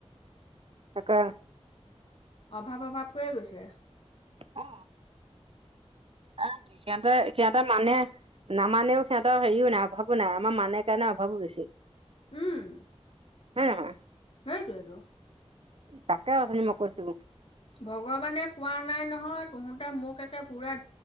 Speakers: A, on the right; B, on the left.
A: তাকে।
B: অভাৱ অভাৱ কৈয়ে গৈছে।
A: অ। আহ সিহঁতে সিহঁতে মানে নামানেও সিহঁতৰ হেৰিও নাই অভাৱো নাই আমাৰ মানে কাৰণে অভাৱো বেছি।
B: উম।
A: হয় নহয়?
B: সেইটোৱেটো।
A: তাকে অথনি মই কৈছিলো।
B: ভগৱানে কোৱা নাই নহয় তহঁতে মোক একে পুৰা